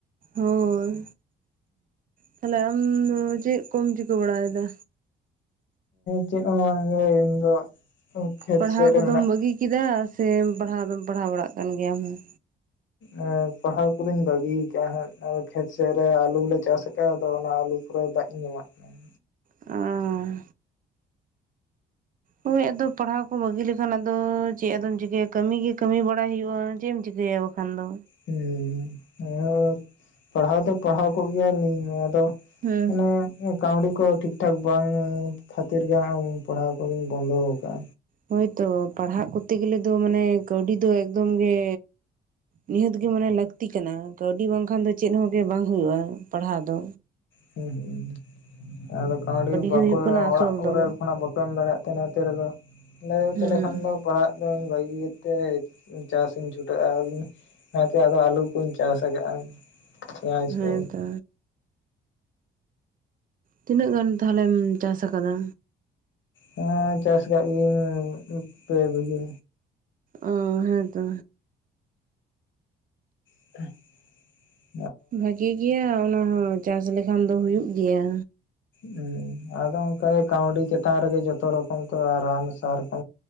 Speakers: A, on the right (about 45°); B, on the left (about 70°).
A: ᱦᱳᱭ᱾ ᱛᱟᱦᱚᱞᱮ ᱟᱢ ᱫᱚ ᱪᱮᱫ ᱠᱚ ᱪᱤᱠᱟᱹ ᱵᱟᱲᱟᱭᱮᱫᱟ?
B: ᱪᱮᱫ ᱦᱚᱸ ᱵᱟᱝ ᱜᱮ ᱤᱧ ᱫᱚ ᱠᱷᱮᱛ
A: ᱯᱟᱲᱦᱟᱣ
B: ᱥᱮᱫ ᱨᱮ
A: ᱠᱚᱫᱚ
B: ᱢᱮᱱᱟᱜ
A: ᱵᱟᱹᱜᱤ ᱠᱮᱫᱟ ᱥᱮ ᱯᱟᱲᱦᱟᱣ ᱫᱚ ᱯᱟᱲᱦᱟᱣ ᱵᱟᱲᱟᱜ ᱠᱟᱱ ᱜᱮᱭᱟ ᱟᱢ ᱦᱚᱸ
B: ᱟ.... ᱯᱟᱦᱟᱣ ᱠᱚᱫᱚᱧ ᱵᱟᱹᱜᱤ ᱟᱠᱟᱜ ᱦᱟᱸᱜ, ᱠᱷᱮᱛ ᱥᱮᱫ ᱨᱮ ᱟᱞᱩ ᱞᱮ ᱪᱟᱥ ᱟᱠᱟᱫᱟ ᱟᱫᱚ ᱚᱱᱟ ᱟᱞᱩᱼᱼ ᱠᱚᱨᱮ ᱫᱟᱜ ᱤᱧ ᱮᱢᱟᱜ ᱠᱟᱱᱟ᱾
A: ᱟᱺ.... ᱦᱚᱭ ᱟᱫᱚ ᱯᱟᱲᱦᱟᱣ ᱠᱚ ᱵᱟᱹᱜᱤ ᱞᱮᱠᱷᱟᱱ ᱟᱫᱚ ᱪᱮᱫ ᱟᱫᱚᱢ ᱪᱤᱠᱟᱹᱭᱟ ᱠᱟᱹᱢᱤ ᱜᱮ ᱠᱟᱹᱢᱤ ᱵᱟᱲᱟᱭ ᱦᱩᱭᱩᱜᱼᱟ᱾ ᱪᱮᱫ ᱮᱢ ᱪᱤᱠᱟᱹᱭᱟ ᱵᱟᱠᱷᱟᱱ ᱫᱚᱼᱼ
B: ᱦᱩᱸ᱾ <unintelligible> ᱯᱟᱲᱦᱟᱣ ᱫᱚ ᱯᱟᱲᱦᱟᱣ ᱠᱚᱜ ᱜᱮᱭᱟᱞᱤᱧ ᱟᱫᱚᱼᱼ
A: ᱦᱩᱸ
B: ᱢᱟᱱᱮᱼᱼ ᱠᱟᱹᱣᱰᱤ ᱠᱚ ᱴᱷᱤᱠ ᱴᱷᱟᱠ ᱵᱟᱝ ᱠᱷᱟᱹᱛᱤᱨ ᱜᱮ ᱦᱟᱸᱜ ᱯᱟᱲᱦᱟᱣ ᱠᱚᱫᱚᱧ ᱵᱚᱱᱫᱚ ᱟᱠᱟᱜ-ᱟ᱾
A: ᱦᱳᱭᱛᱚ ᱯᱟᱲᱦᱟᱜ ᱠᱚ <unintelligible> ᱼᱼ ᱛᱮ ᱜᱮᱞᱮ ᱫᱚ ᱢᱟᱱᱮ ᱠᱟᱹᱣᱰᱤ ᱫᱚ ᱮᱠᱫᱚᱢ ᱜᱮ ᱱᱤᱦᱟᱹᱛ ᱜᱮ ᱢᱟᱱᱮ ᱞᱟᱹᱠᱛᱤ ᱠᱟᱱᱟᱼᱼ ᱠᱟᱹᱣᱰᱤ ᱵᱟᱝᱠᱷᱟᱱ ᱫᱚ ᱪᱮᱫ ᱦᱚᱸᱜᱮ ᱵᱟᱝ ᱦᱩᱭᱩᱜᱼᱟ ᱯᱟᱲᱦᱟᱣ ᱫᱚᱼᱼ
B: ᱦᱩᱸ ᱦᱩᱸ᱾ ᱟᱫᱚ ᱠᱟᱹᱣᱰᱤ ᱵᱟᱠᱚ
A: ᱜᱮ ᱦᱩᱭᱩᱜ ᱠᱟᱱᱟ ᱟᱥᱚᱞ
B: ᱚᱲᱟᱜ ᱠᱚᱨᱮ
A: ᱫᱚ
B: ᱠᱷᱚᱱᱟᱜ ᱵᱟᱠᱚ ᱮᱢ ᱫᱟᱲᱮᱭᱟᱜ ᱛᱮ ᱚᱱᱟ ᱠᱷᱟᱛᱤᱨ ᱟᱫᱚᱼᱼ <unintelligible>
A: ᱦᱮᱸ
B: ᱛᱟᱦᱞᱮ ᱠᱷᱟᱱ ᱫᱚ ᱯᱟᱲᱦᱟᱜ ᱫᱚᱧ ᱵᱟᱹᱜᱤ ᱠᱮᱫ ᱛᱮ ᱪᱟᱥ ᱤᱧ ᱪᱷᱩᱴᱟᱹᱜᱼ ᱟ.. ᱟᱨᱼᱼ ᱚᱱᱟᱛᱮ ᱟᱫᱚ ᱟᱞᱩ ᱠᱚᱧ ᱪᱟᱥ ᱟᱠᱟᱜᱼᱟ᱾ ᱯᱮᱸᱭᱟᱡᱽ
A: ᱦᱮᱸᱛᱚ᱾
B: ᱠᱚ
A: ᱛᱤᱱᱟᱹᱜ ᱜᱟᱱ ᱛᱟᱦᱚᱞᱮᱢ ᱪᱟᱥ ᱟᱠᱟᱫᱟ?
B: ᱦᱮᱸ᱾ ᱪᱟᱥ ᱟᱠᱟᱫ ᱜᱮᱭᱤᱹᱧ ᱯᱮ ᱵᱤᱜᱷᱟᱹ᱾
A: ᱚ ᱦᱮᱸ ᱛᱚ᱾
B: <unintelligible> ᱼᱼ
A: ᱵᱷᱟᱜᱤ ᱜᱮᱭᱟ ᱚᱱᱟᱦᱚᱸ ᱪᱟᱥ ᱞᱮᱠᱷᱟᱱ ᱫᱚ ᱦᱩᱭᱩᱜ ᱜᱤᱭᱟ᱾
B: ᱦᱮ ᱟᱫᱚ ᱚᱱᱠᱟᱜ ᱠᱟᱹᱣᱰᱤ ᱪᱮᱛᱟᱱ ᱨᱮᱜᱮ ᱡᱚᱛᱚ ᱨᱚᱠᱚᱢ ᱛᱚ ᱨᱟᱱ ᱥᱟᱨ ᱠᱚ